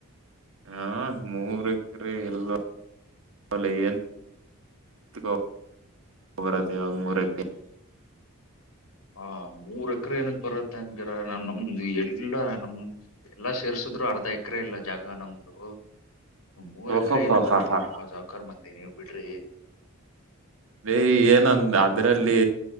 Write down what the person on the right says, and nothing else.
ಹಾ ಮೂರ್ ಎಕರೆ ಇಲ್ಲ. <unintelligible> ಬೋರ್ ಅದೇ ಮೂರ್ ಎಕರೆ.
ಓಹೋ
ಹೋ
ಹಾ ಹಾ
ಹೇ ಏನಂದ ಅದ್ರಲ್ಲಿ.